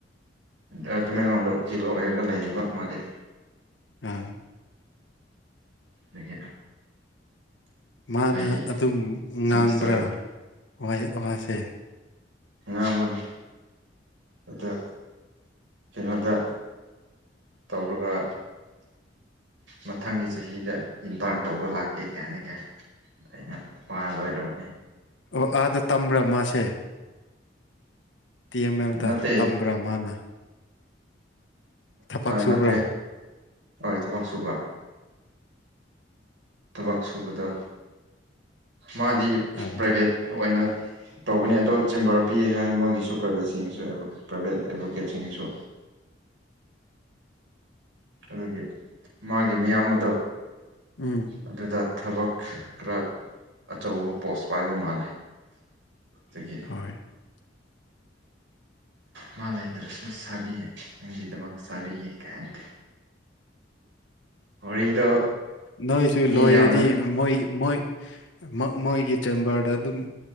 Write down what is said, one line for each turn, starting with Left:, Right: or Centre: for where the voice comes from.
Right: ꯑꯥ ꯇꯥꯃꯦꯡꯂꯣꯡꯗ ꯎꯀꯤꯜ ꯑꯣꯏꯔꯒ ꯂꯩꯔꯤꯕ ꯃꯥꯗꯤ꯫
Left: ꯎꯝ꯫
Right: ꯑꯗꯒꯤ
Left: ꯃꯥꯅ
Right: ꯑꯩ
Left: ꯑꯗꯨꯝ
Right: ꯁꯤꯃꯤꯁꯇꯔ
Left: ꯉꯥꯡꯕ꯭ꯔꯥ ꯋꯥ ꯋꯥꯁꯦ꯫
Right: ꯉꯥꯡꯕꯅꯤ ꯑꯗ ꯀꯩꯅꯣꯗ꯫ ꯇꯧꯔꯒ ꯃꯊꯪꯒꯤ ꯆꯍꯤꯗ ꯏꯟꯇꯥꯔꯟ ꯇꯧꯕ ꯂꯥꯛꯀꯦ ꯀꯩ ꯍꯥꯏꯅꯤ ꯀꯩ ꯑꯩꯅ ꯋꯥ ꯂꯣꯏꯔꯕꯅꯤ
Left: ꯑꯣ ꯑꯥꯗ ꯇꯝꯕ꯭ꯔꯥ ꯃꯥꯁꯦ꯫ ꯇꯤ ꯑꯦꯝ ꯑꯦꯜꯗ
Right: ꯅꯠꯇꯦ
Left: ꯇꯝꯕ꯭ꯔꯥ ꯃꯥꯅ ꯊꯕꯛ ꯁꯨꯕ꯭ꯔꯥ
Right: ꯅꯠꯇꯦ ꯍꯣꯏ ꯊꯕꯛ ꯁꯨꯕ ꯊꯕꯛ ꯁꯨꯕꯗ ꯃꯥꯗꯤ
Left: ꯑꯥ
Right: ꯄ꯭ꯔꯥꯏꯚꯦꯠ ꯑꯣꯏꯅ ꯇꯧꯕꯅꯤ ꯑꯗꯣ ꯆꯦꯝꯕꯔ ꯄꯤꯌꯦ ꯍꯥꯏ ꯃꯣꯏꯒꯤꯁꯨ ꯄ꯭ꯔꯥꯏꯕꯦꯠꯁꯤꯡꯒꯤꯁꯨ ꯄ꯭ꯔꯥꯏꯕꯦꯠ ꯑꯦꯗꯚꯣꯀꯦꯠꯁꯤꯡꯒꯤꯁꯨ ꯑꯗꯨꯒꯤ ꯃꯥꯒꯤ ꯃꯌꯥꯝꯕꯗꯣ꯫
Left: ꯎꯝ
Right: ꯑꯗꯨꯗ ꯊꯕꯛ ꯈꯔ ꯑꯆꯧꯕ ꯄꯣꯁ ꯄꯥꯏꯕ ꯃꯥꯜꯂꯦ꯫ <unintelligible>
Left: ꯍꯣꯏ꯫ <inaudible>
Right: ꯃꯥ ꯂꯩꯇ꯭ꯔꯁꯨ ꯁꯥꯕꯤꯌꯦ ꯅꯪꯒꯤꯗꯃꯛ ꯁꯥꯕꯤꯒꯦ ꯀꯥꯏꯅꯒ꯫ ꯋꯥꯔꯤꯗꯣ
Left: ꯅꯣꯏꯁꯨ
Right: ꯃꯤ
Left: ꯂꯣꯏꯔꯗꯤ꯫
Right: ꯌꯥꯝꯅ
Left: ꯃꯣꯏ ꯃꯣꯏ ꯃꯣꯏꯒꯤ ꯆꯦꯝꯕꯔꯗ ꯑꯗꯨꯝ